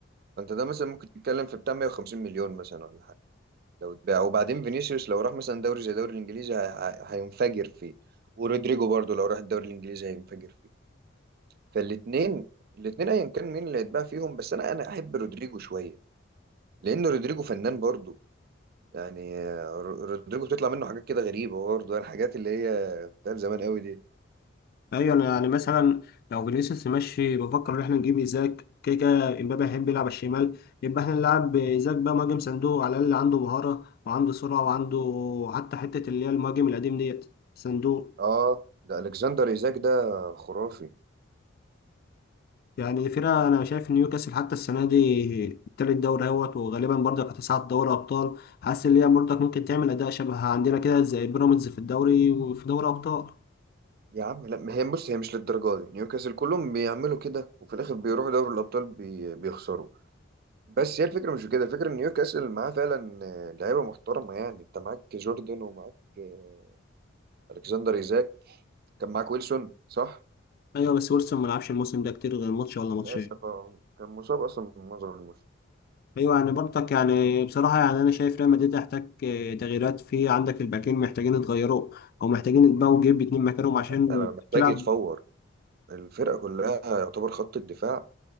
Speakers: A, on the right (about 50°); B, on the left (about 50°).
A: فانت ده مثلا ممكن تتكلم في بتاع 150 مليون مثلا ولا حاجه لو اتباع وبعدين فينيسيوس لو راح مثلا دوري زي الدوري الانجليزي هي- هي- هينفجر فيه ورودريجو برضو لو راح الدوري الانجليزي هينفجر فيه فالاثنين الاثنين ايا كان مين اللي هيتباع فيهم بس انا انا احب رودريجو شويه لان رودريجو فنان برضو يعني آه، رودريجو بتطلع منه حاجات كده غريبة برضه يعني الحاجات اللي هي بتاعت زمان قوي دي
B: ايوه انا يعني مثلا لو فينيسيوس ماشي بفكر ان احنا نجيب ايزاك كده كده امبابي هيحب يلعب على الشمال يبقى احنا نلعب ايزاك بقى مهاجم صندوق على الاقل عنده مهاره وعنده سرعه وعنده حتى حته اللي هي المهاجم القديم ديت صندوق
A: اه ده الكسندر ايزاك ده خرافي
B: يعني فرقه انا شايف ان نيوكاسل حتى السنه دي التالت دوري اهوت وغالبا برضك هتصعد دوري ابطال حاسس ان هي برضك ممكن تعمل اداء شبه عندنا كده زي بيراميدز في الدوري وفي دوري ابطال
A: يا عم لا ما هي بص هي مش للدرجة دي نيوكاسل كلهم بيعملوا كده وفي الاخر بيروحوا دوري الابطال بي... بيخسروا بس هي الفكرة مش في كده الفكرة ان نيوكاسل معاه فعلا آه، لعيبة محترمة يعني انت معاك جوردن ومعاك آه، الكسندر ايزاك كان معاك ويلسون صح
B: ايوه بس ويلسون ما لعبش الموسم ده كتير غير ماتش ولا ماتشين
A: للاسف آه، كان مصاب اصلا من معظم الموسم
B: ايوه يعني برضك يعني بصراحه يعني انا شايف ريال مدريد يحتاج آه، تغييرات في عندك الباكين محتاجين يتغيروا او محتاجين يتباعوا ويجيب اتنين مكانهم عشان
A: حتى محتاج
B: تلعب
A: يتفور الفرقة كلها يعتبر خط الدفاع